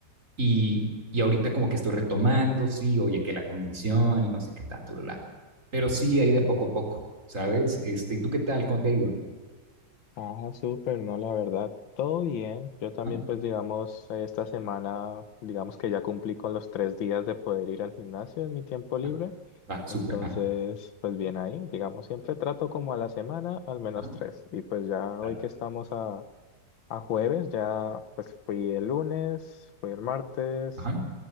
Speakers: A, on the right; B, on the left.
A: Y, y ahorita como que estoy retomando, sí, oye, que la condición y no sé qué tanto, bla, bla. Pero sí, ahí de poco a poco, ¿sabes? Este, ¿y tú qué tal? ¿Cómo te ha ido?
B: Ah, súper, no, la verdad, todo bien. Yo también,
A: Ajá,
B: pues digamos, eh, esta semana, digamos que ya cumplí con los tres días de poder ir al gimnasio en mi tiempo libre.
A: ajá, va, súper,
B: Entonces,
A: ajá,
B: pues bien ahí, digamos, siempre trato como a la semana al menos
A: ajá,
B: tres. Y pues ya
A: claro,
B: hoy que estamos a, a jueves, ya pues fui el lunes, fui el martes.
A: ajá,